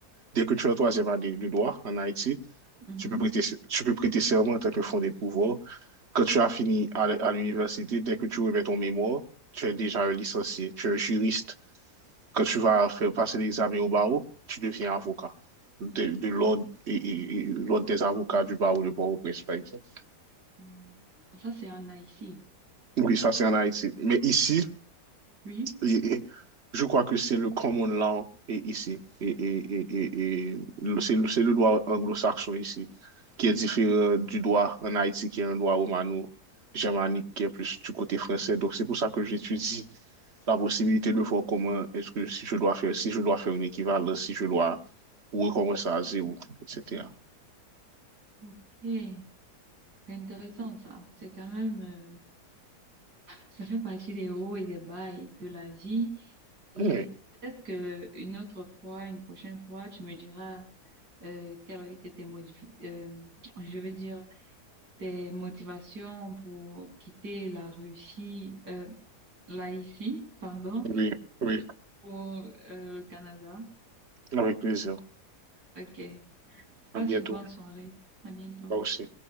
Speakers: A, on the right; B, on the right.
A: Dès que tu es en troisième année de droit en Haïti,
B: Mhm.
A: tu peux prêter, tu peux prêter serment en tant que fondé de pouvoir. Quand tu as fini à, l- à l'université, dès que tu remets ton mémoire, tu es déjà un licencié, tu es un juriste. Quand tu vas faire passer l'examen au barreau, tu deviens avocat de, de l'ordre et, et- et l'ordre des avocats du barreau de Port-au-Prince, par exemple.
B: Hmm. Ça, c'est en Haïti.
A: Oui, ça c'est en Haïti. Mais ici,
B: Oui.
A: et- et je crois que c'est le common law et ici. Et, et, et, et, et le- c'est le, c'est le droit anglo-saxon ici qui est différent du droit en Haïti qui est un droit romano-germanique qui est plus du côté français. Donc c'est pour ça que j'étudie la possibilité de voir comment est-ce que si je dois faire, si je dois faire une équivalence, si je dois recommencer à zéro, etc.
B: Ok. C'est intéressant, ça. C'est quand même... euh, ça fait partie des hauts et des bas et de la vie. Et
A: Oui,
B: peut-être que une autre fois, une prochaine fois, tu me diras euh, quelles ont été tes modifications... je veux dire... tes motivations pour quitter la Russie, euh, là ici, pardon,
A: oui, oui,
B: pour euh, le Canada.
A: avec plaisir.
B: Ok. Passe
A: À bientôt.
B: une bonne soirée. À bientôt.
A: Moi aussi.